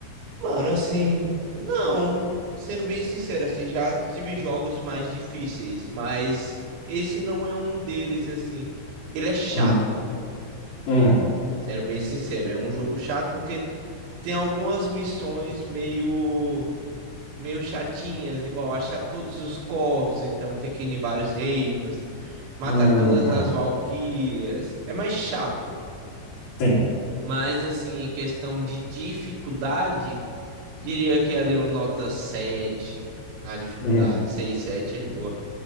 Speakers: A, on the right; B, on the left.
A: Mano, assim, não. Sendo bem sincero, assim, já tive jogos mais difíceis, mas esse não é um deles, assim. Ele é chato,
B: Uhum. Uhum.
A: sendo bem sincero. É um jogo chato porque tem algumas missões meio, meio chatinhas, igual achar todos os corvos, então tem que ir em vários reinos, matar
B: Uhum.
A: todas as valquírias. É mais chato.
B: Sim.
A: Mas, assim, em questão de dificuldade. Diria que é ali uma nota 7 na dificuldade.
B: Uhum.
A: seis 7 é de boa.